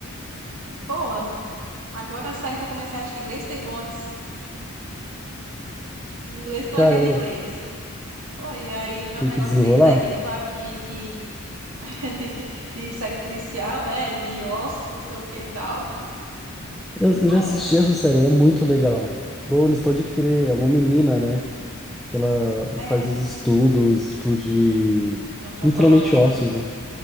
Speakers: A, on the right; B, in the centre.
A: boa. Agora a série que eu comecei a assistir em inglês foi Bones. Em Inglês com
B: Caramba,
A: legenda em inglês. Foi, e aí meu
B: tem
A: negócio
B: que desenrolar?
A: meio técnico aqui de, <laughs> de, de série policial, né? De ossos, não sei o que e tal.
B: Eu,
A: Bom,
B: eu já assisti essa série, ela é muito legal. Bones, pode crer, é uma menina, né? Que ela
A: é,
B: faz uns estudos, tipo, de...
A: antropológicos.
B: Literalmente ossos, né?